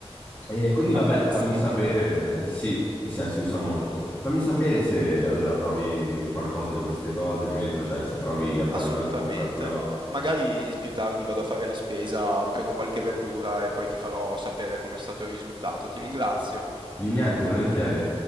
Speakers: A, on the left (about 20°); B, on the right (about 50°).
A: E quindi
B: Anche
A: vabbè,
B: questa
A: fammi
B: è un'idea.
A: sapere, eh, sì, sì, si usa molto. Fammi sapere se allora provi qualcosa di queste cose, come dietro, cioè se provi a fare
B: Assolutamente.
A: una zuppa, come va.
B: Magari più tardi vado a fare la spesa, prendo qualche verdura e poi ti farò sapere com'è stato il risultato. Ti ringrazio.
A: Di niente, volentieri.